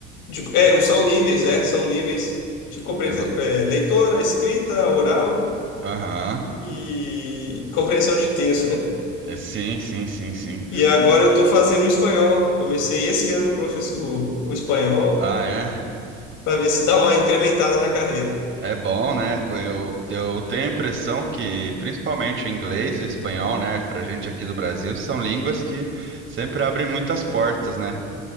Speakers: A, on the left; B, on the right.
A: de, é, são níveis, é, são níveis de compre-
B: Aham.
A: é, leitora, escrita, oral
B: Aham.
A: e compreensão de texto, né?
B: É, sim, sim, sim, sim.
A: E agora eu estou fazendo o espanhol. Comecei esse ano professor, o, o espanhol
B: Ah, é.
A: para ver se dá uma incrementada na carreira.
B: É bom, né? Eu, eu tenho a impressão que, principalmente o inglês e o espanhol, né, pra gente aqui do Brasil, são línguas que sempre abrem muitas portas, né?